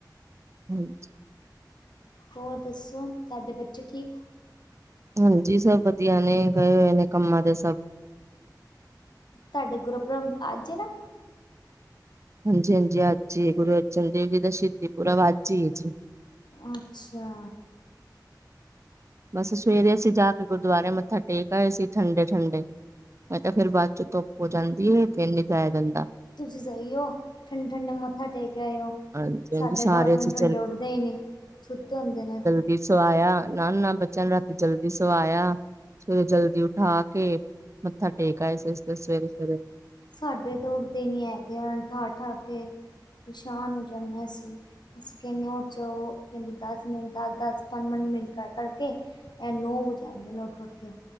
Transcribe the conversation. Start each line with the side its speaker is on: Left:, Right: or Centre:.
Right: ਹਾਂਜੀ!
Left: ਹੋਰ ਦੱਸੋ ਤੁਹਾਡੇ ਬੱਚੇ ਠੀਕ?
Right: ਹਾਂਜੀ ਸਭ ਵਧੀਆ ਨੇ ਗਏ ਹੋਏ ਨੇ ਕੰਮਾਂ ਤੇ ਸਭ।
Left: ਤੁਹਾਡੇ ਗੁਰਪਰਮ ਅੱਜ ਏ ਨਾ।
Right: ਹਾਂਜੀ ਹਾਂਜੀ ਅੱਜ ਹੀ ਐ ਗੁਰੂ ਅਰਜਨ ਦੇਵ ਜੀ ਦਾ ਸ਼ਹੀਦੀ ਪੂਰਬ ਅੱਜ ਹੀ ਏ ਜੀ।
Left: ਅੱਛਿਆ
Right: ਬਸ ਸਵੇਰੇ ਅਸੀਂ ਜਾ ਕੇ ਗੁਰਦੁਆਰੇ ਮੱਥਾ ਟੇਕ ਆਏ ਸੀ ਠੰਡੇ-ਠੰਡੇ। ਮੈਂ ਕਿਹਾ ਫੇਰ ਬਾਅਦ ਚੋ ਧੁੱਪ ਹੋ ਜਾਂਦੀ ਏ ਫੇਰ ਨੀ ਜਾਇਆ ਜਾਂਦਾ।
Left: ਤੁਸੀਂ ਸਹੀਓ ਠੰਡੇ-ਠੰਡੇ ਮੱਥਾ ਟੇਕ ਆਏ ਹੋ।
Right: ਹਾਂਜੀ ਹਾਂਜੀ
Left: ਸਾਡੇ
Right: ਸਾਰੇ
Left: ਘਰ ਠੰਡੇ-ਠੰਡੇ
Right: ਅਸੀਂ ਚੱਲ
Left: ਉੱਠਦੇ ਹੀ ਨੀਂ ਸੁੱਤੇ ਹੁੰਦੇ ਨੇ।
Right: ਫੇਰ ਸਵਾਇਆ ਨਾ ਨਾ ਬੱਚਿਆਂ ਨੂੰ ਰਾਤੀਂ ਜਲਦੀ ਸਵਾਇਆ। ਸਵੇਰੇ ਜਲਦੀ ਉਠਾ ਕੇ ਮੱਥਾ ਟੇਕ ਆਏ ਸੀ ਅਸੀਂ ਤਾਂ ਸਵੇਰੇ-ਸਵੇਰੇ।
Left: ਸਾਡੇ ਤਾਂ ਉੱਠਦੇ ਨੀ ਹੈਗੇ ਆ ਠਾ ਠਾ ਕੇ ਪਰੇਸ਼ਾਨ ਹੋ ਜਾਣੇ ਆ ਅਸੀਂ। ਅਸੀਂ ਕਹਿਣੇ ਆ ਉੱਠ ਜਾਓ ਉਹ ਕਹਿੰਦੇ ਦਸ ਮਿੰਟ ਦਸ-ਦਸ ਪੰਜ-ਪੰਜ ਮਿੰਟ ਕਰ ਕਰ ਕੇ ਐਹ ਨੌਂ ਵਜਾ ਦਿੰਦੇ ਨੇ ਉੱਠ ਉੱਠ ਕੇ